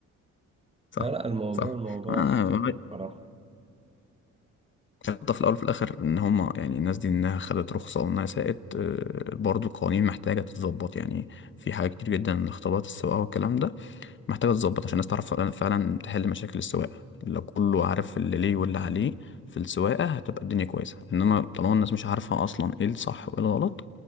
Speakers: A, on the left; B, on the right.
A: صح
B: لا لا الموضوع
A: صح
B: الموضوع
A: آه،
B: سخيف بصراحه
A: النقطة في الأول وفي الآخر إن هما يعني الناس دي إنها خدت رخصة وإنها سائت آه، برضو القوانين محتاجة تتظبط يعني في حاجات كتير جدا اختبارات السواقة والكلام ده محتاجة تتظبط عشان الناس تعرف فعلا فعلاً تحل مشاكل السواقة لو كله عارف اللي ليه واللي عليه في السواقة هتبقى الدنيا كويسة إنما طالما الناس مش عارفة أصلا إيه الصح وإيه الغلط